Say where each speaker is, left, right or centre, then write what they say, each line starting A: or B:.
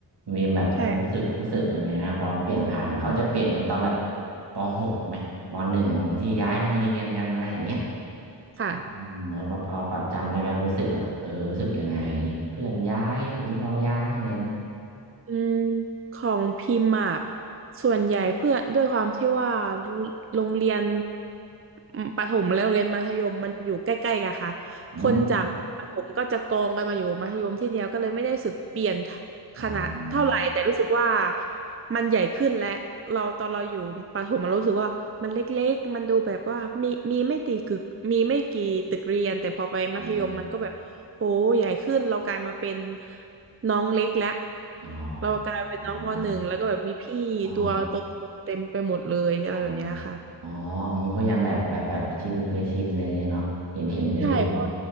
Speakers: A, on the right; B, on the right.
A: มีแบบรู้สึกรู้สึกยังไงนะตอนเปลี่ยนผ่านเหมือนเขาจะเปลี่ยนกันตอนแบบ
B: ใช่
A: ปหกไหมปหนึ่งบางทีย้ายโรงเรียนกันอะไรอย่างเงี้ย
B: ค่ะ
A: อืมแ้พอพอปรับจำได้ไหมรู้สึกแบบเออรู้สึกยังไงเพื่อนย้ายหรือเราย้ายอะไรอย่างนี้
B: อืมของพิมพ์อะส่วนใหญ่เพื่อนด้วยความที่ว่าโรงเรียนอืมประถมและโรงเรียนมัธยมมันอยู่ใกล้ๆกันค่ะคนจากประถมก็จะกองกันมาอยู่มัธยมที่เดียวก็เลยไม่ได้รู้สึกเปลี่ยน
A: อืมอ๋อ
B: ขนาดเท่าไหร่แต่รู้สึกว่ามันใหญ่ขึ้นและเราตอนเราอยู่ประถมเรารู้สึกว่ามันเล็กๆมันดูแบบว่ามีมีไม่ตีกึกมีไม่กี่ตึกเรียนแต่พอไปมัธยมมันก็แบบโหใหญ่ขึ้นเรากลายมาเป็น
A: อืม
B: น้องเล็กแล้ว
A: อ๋อ
B: เรากลายเป็นน้องมหนึ่งแล้วก็แบบมีพี่ตัวโตๆเต็มไปหมดเลยอะไรแบบเนี้ยค่ะ
A: อ๋ออ๋ออ๋ออ๋ออืมก็ยังแบบแบบแบบชินเคยชินอะไรอย่างเงี้ยเนาะเห็นเห็นกันอยู่เนาะ
B: ใช่เพราะ